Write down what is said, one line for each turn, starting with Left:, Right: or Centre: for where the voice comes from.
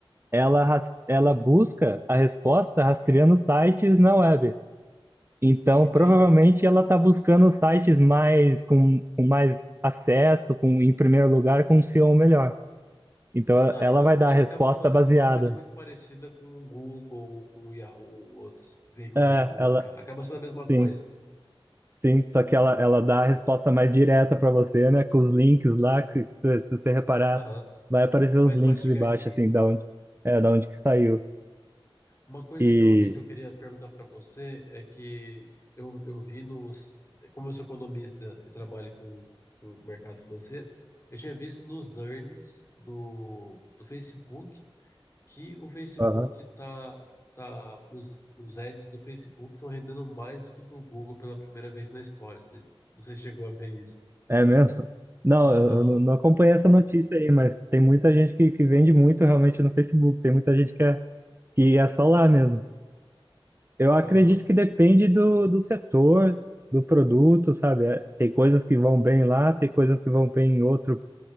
Right: ela, ras- ela busca a resposta rastreando sites na web. Então,
Left: Entendi.
Right: provavelmente ela está buscando sites mais com, com mais acesso, com, em primeiro lugar, com um SEO melhor. Então,
Left: Ah, tá.
Right: ela
Left: Então
Right: vai dar
Left: ela
Right: a resposta
Left: acaba fazendo
Right: baseada.
Left: uma coisa muito parecida com o Google, com o Yahoo, outros veículos
Right: É,
Left: de busca.
Right: ela,
Left: Acaba sendo a mesma
Right: sim,
Left: coisa.
Right: sim. Só que ela, ela dá a resposta mais direta para você, né? Com os links lá, que se, se você reparar,
Left: Aham,
Right: vai aparecer
Left: mais
Right: os links
Left: mastigadinho.
Right: embaixo, assim, da onde, é, da onde que saiu.
Left: Uma coisa
Right: E,
Left: que eu vi que eu queria perguntar para você é que eu, eu vi nos. Como eu sou economista e trabalho com, com o mercado financeiro, eu tinha visto nos earnings do, do Facebook que o Facebook
Right: aham,
Left: tá, tá, os, os ads do Facebook estão rendendo mais do que do Google pela primeira vez na história. Você, você chegou a ver isso?
Right: é mesmo? Não,
Left: Aham,
Right: eu, eu não não acompanhei essa notícia aí, mas tem muita gente que, que vende muito realmente no Facebook. Tem muita gente que é E é só lá mesmo. Eu acredito
Left: aham,
Right: que depende do, do setor, do produto, sabe? É, Tem coisas que vão bem lá, tem coisas que vão bem em outro,